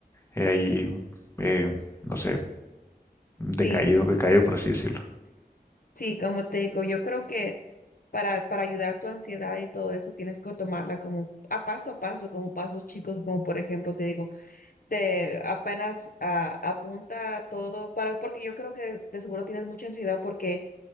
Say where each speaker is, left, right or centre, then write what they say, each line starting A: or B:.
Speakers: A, on the left (about 15°); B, on the left (about 60°).
A: eh, ahí, eh, no sé. Decaído,
B: Sí,
A: decaído por así decirlo.
B: sí, como te digo, yo creo que para, para ayudar a tu ansiedad y todo eso tienes que tomarla como a paso a paso, como pasos chicos, como por ejemplo te digo, te apenas ah, apunta todo para, porque yo creo que de seguro tienes mucha ansiedad porque